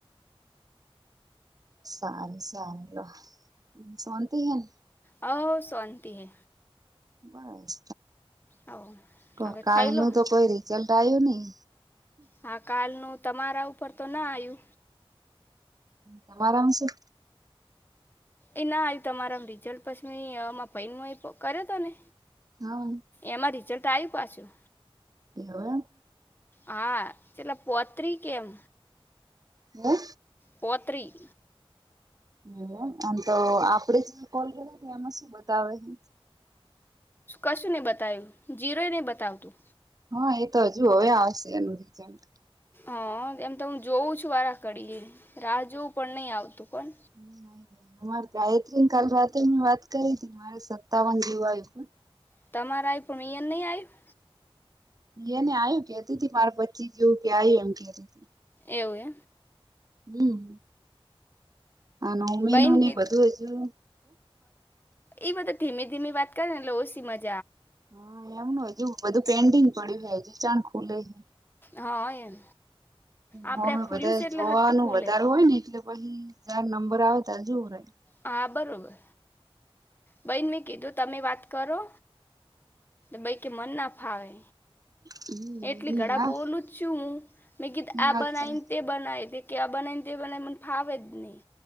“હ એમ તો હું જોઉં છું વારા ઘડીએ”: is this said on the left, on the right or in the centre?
Left